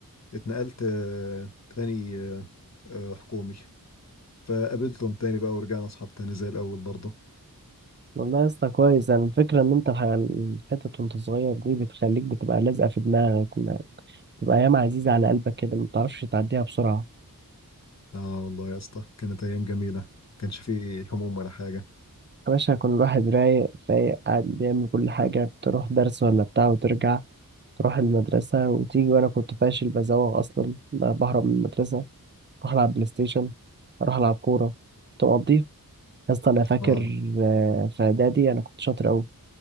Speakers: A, on the left; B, on the right.
A: اتنقلت آه، تاني آه، آه، حكومي فقابلتهم تاني بقى ورجعنا اصحاب تاني زي الاول برضه
B: والله يا اسطى كويس يعني الفكرة إن أنت الح- الحتت وأنت صغير دي بتخليك بتبقى لازقة في دماغك ما- بتبقى أيام عزيزة على قلبك كده ما بتعرفش تعديها بسرعة
A: اه والله يا اسطى كانت ايام جميله كانش فيه هموم ولا حاجه
B: يا باشا كل واحد رايق فايق قاعد بيعمل كل حاجة تروح درس ولا بتاع وترجع تروح المدرسة وتيجي وأنا كنت فاشل بزوغ أصلا بهرب من المدرسة اروح العب بلاي ستيشن اروح العب كوره تقضيها يا اسطى انا فاكر
A: اه
B: آه، في اعدادي انا كنت شاطر قوي